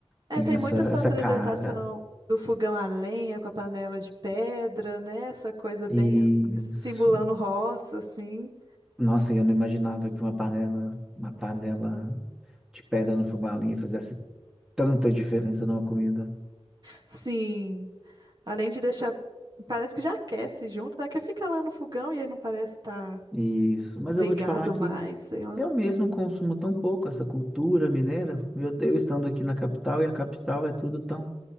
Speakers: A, on the right; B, in the centre.
A: É,
B: tem
A: tem
B: essa
A: muito essa
B: essa
A: apresentação
B: cara.
A: do fogão a lenha com a panela de pedra, né? Essa coisa bem
B: Isso.
A: simulando roça, assim.
B: Nossa, eu não imaginava que uma panela, uma panela de pedra no fubá ali fizesse tanta diferença numa comida.
A: Sim. Além de deixar. Parece que já aquece junto, né? Que fica lá no fogão e aí não parece estar
B: Isso. Mas
A: ligado
B: eu vou te falar que
A: mais, sei lá.
B: eu mesmo consumo tão pouco essa cultura mineira. Eu, eu estando aqui na capital e a capital é tudo tão.